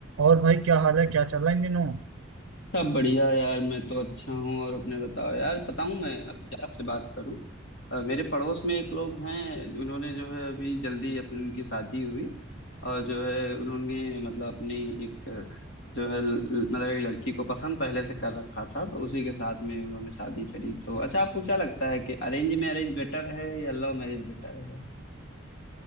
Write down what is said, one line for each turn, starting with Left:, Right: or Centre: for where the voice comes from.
Right: और भाई क्या हाल है क्या चल रहा है इन दिनों
Left: सब बढ़िया यार मैं तो अच्छा हूँ और अपने बताओ यार बताऊँ मैं अब क्या आपसे बात करूँ अ, मेरे पड़ोस में एक लोग हैं उन्होंने जो है अभी जल्दी अपनी उनकी शादी हुई और जो है उन्होंने मतलब अपनी एक अ, जो है ल- ल- मतलब एक लड़की को पसंद पहले से कर रखा था तो उसी के साथ में उन्होंने शादी करी तो अच्छा आपको क्या लगता है कि अरेंज मैरिज बेटर है या लव मैरिज बेटर है